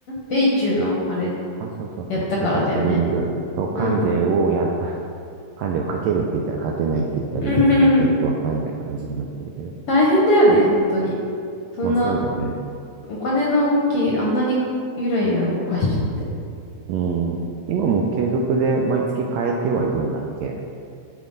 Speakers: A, on the left; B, on the right.
A: 米中のあれ
B: あ、そうそうそう。
A: やったからだよね。
B: デカップリング。そう、関税をやった。
A: うん
B: <laughs> 関税をかけるって言ったらかけないって言ったり、
A: う
B: なんかよくわかんない感じになってるけど。
A: ん。<laughs> 大変だよね、本当に。そんな、
B: まあそうだね。
A: お金の動き、あんなにゆらゆら動かしちゃって。
B: うん。今も継続で毎月変えてはいるんだっけ